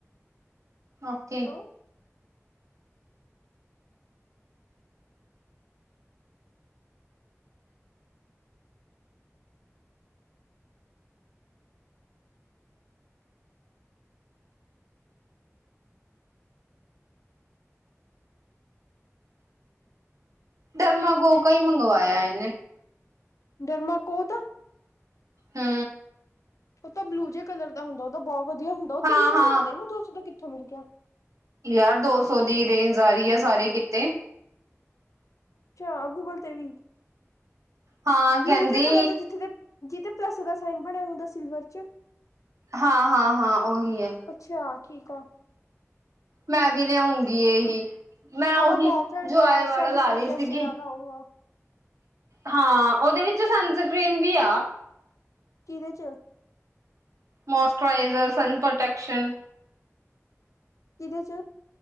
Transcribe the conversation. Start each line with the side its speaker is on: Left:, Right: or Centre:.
Right: ਓਕੇ
Left: ਹੈਲੋ
Right: ਡਰਮਾ ਕੋੋਕ ਕਾ ਈ ਮੰਗਵਾਇਆ ਏਨੇ।
Left: ਡਰਮਾ ਕੋੋ ਦਾ।
Right: ਹੂੰ
Left: ਓ ਤਾਂ ਬਲੂ ਜੇ ਕਲਰ ਦਾ ਹੁੰਦਾ, ਓ ਤਾਂ ਬੋ ਵਧੀਆ ਹੁੰਦਾ। ਓ ਤਿੰਨ
Right: ਹਾਂ
Left: ਸੌ
Right: ਹਾਂ
Left: ਦਾ ਆਂਦਾ ਨੀ ਦੋ ਸੌ ਦਾ ਕਿਥੋਂ ਮਿਲ ਗਿਆ।
Right: ਯਾਰ ਦੋ ਸੌ ਦੀ ਰੇਂਜ ਆ ਰੀ ਐ ਸਾਰੇ ਕਿਤੇ।
Left: ਅੱਛਾ ਗੂਗਲ ਤੇ ਵੀ।
Right: ਹਾਂ
Left: ਬਲੂ
Right: ਕਹਿੰਦੀ
Left: ਜੇ ਕਲਰ ਦਾ ਜਿਥੇ ਜੇ ਪਲਸ ਦਾ ਸਾਇਨ ਬਣਿਆ ਹੁੰਦਾ ਸਿਲਵਰ 'ਚ।
Right: ਹਾਂ, ਹਾਂ, ਹਾਂ! ਉਹੀ ਹੈ।
Left: ਅੱਛਾ, ਠੀਕ ਆ!
Right: ਮੈਂ ਵੀ ਲਿਆਉਂਗੀ ਇਹੀ। ਮੈਂ ਉਹੀ
Left: ਉਹਦਾ ਬਹੁਤ ਘੈਂਟ
Right: ਜੋਆਏ
Left: ਆ
Right: ਵਾਲਾ
Left: ਸੈਲੀਸਿਲਿਕ
Right: ਲਾ ਰਹੀ ਸੀਗੀ!
Left: ਐਸਿਡ ਆਲਾ ਉਹ ਆ
Right: ਹਾਂ, ਉਹਦੇ ਵਿੱਚ ਸਨਸਕ੍ਰਰੀਨ ਵੀ ਆ!
Left: ਕਿਹਦੇ ਚ?
Right: ਮੋਇਸਚਰਾਈਜ਼ਰ ਸਨ ਪ੍ਰੋਟੈਕਸ਼ਨ
Left: ਕਿਦੇ ਚ?